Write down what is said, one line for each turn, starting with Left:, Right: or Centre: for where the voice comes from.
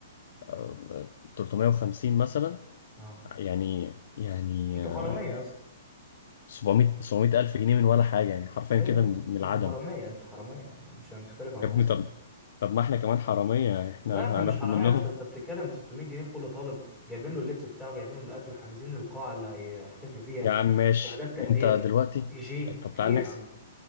Left: آه، 350 مثلا
Centre: اه
Left: يعني يعني
Centre: انتوا
Left: آه،
Centre: حراميه يا اسطى
Left: 700 700 الف جنيه من ولا حاجه يعني حرفيا
Centre: ايوه
Left: كده من
Centre: انتوا
Left: العدم
Centre: حراميه انتوا حراميه يعني مش هنختلف على
Left: يا ابني
Centre: الموضوع
Left: طب
Centre: ده
Left: طب ما احنا كمان حراميه احنا
Centre: لا احنا مش
Left: هناخد
Centre: حراميه
Left: منهم
Centre: اصلا انت بتتكلم في 600 جنيه لكل طالب جايبين له اللبس بتاعه جايبين له الاكل حاجزين القاعه اللي هيحتفلوا فيها
Left: يا عم ماشي
Centre: شهادات تقدير
Left: انت دلوقتي
Centre: دي جي
Left: طب
Centre: في
Left: تعال
Centre: ايه
Left: نحسب
Centre: يا عم